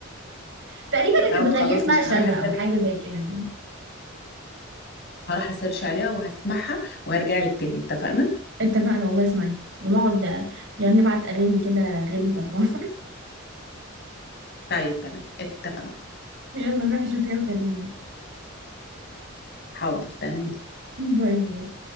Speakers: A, on the right; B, on the left.
A: <laughs> تقريبا
B: <laughs>
A: اللي
B: طب
A: كانت بتغنيها
B: خلاص
A: اسمها
B: مش
A: شذا
B: هروح اسير
A: أو حاجة زي كده يعني
B: هروح اسيرش عليها وهسمعها وهرجع لك تاني اتفقنا
A: اتفقنا والله اسمعيها ونقعد يعني نبعت اغاني كده غريبة لبعض
B: طيب تمام اتفقنا
A: <laughs> يلا روحي شوفيها وكلميني
B: حاضر تمام
A: باي باي